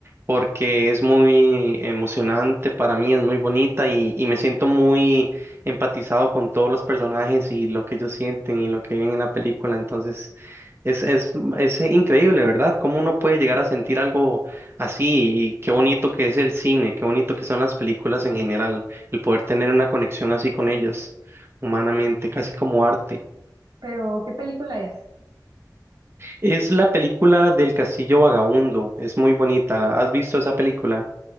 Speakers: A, on the right; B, on the right.
A: porque es muy emocionante para mí, es muy bonita y, y me siento muy empatizado con todos los personajes y lo que ellos sienten y lo que ven en la película. Entonces es, es, es increíble, ¿verdad? Cómo uno puede llegar a sentir algo Así, y qué bonito que es el cine, qué bonito que son las películas en general, el poder tener una conexión así con ellas, humanamente, casi como arte.
B: Pero, ¿qué película es?
A: Es la película del Castillo Vagabundo, es muy bonita, ¿la- ¿has visto esa película?